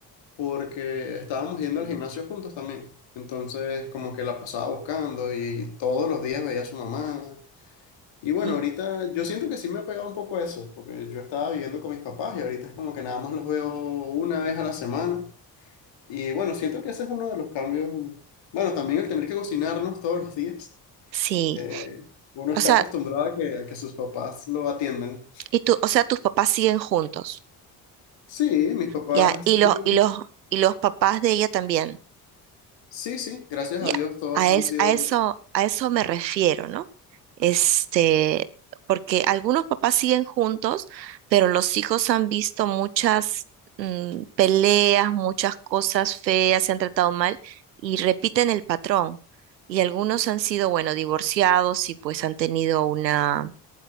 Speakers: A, on the left; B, on the right.
A: porque estábamos yendo al gimnasio juntos también. Entonces, como que la pasaba buscando y todos los días veía a su mamá. Y bueno,
B: Mm.
A: ahorita yo siento que sí me ha pegado un poco eso, porque yo estaba viviendo con mis papás y ahorita es como que nada más los veo una vez a la semana. Y bueno, siento que ese es uno de los cambios. Bueno, también el tener que cocinarnos todos los días.
B: Sí,
A: Eh, uno está
B: o sea,
A: acostumbrado a que, a que sus papás lo atiendan.
B: y tú, o sea, tus papás siguen juntos,
A: Sí, mis papás
B: ¿ya? Y los,
A: viven.
B: y los, y los papás de ella también.
A: Sí, sí, gracias
B: Ya,
A: a Dios todos
B: a,
A: han
B: es-
A: sido.
B: a eso, a eso me refiero, ¿no? Este, porque algunos papás siguen juntos, pero los hijos han visto muchas mm, peleas, muchas cosas feas, se han tratado mal y repiten el patrón. Y algunos han sido, bueno, divorciados y pues han tenido una,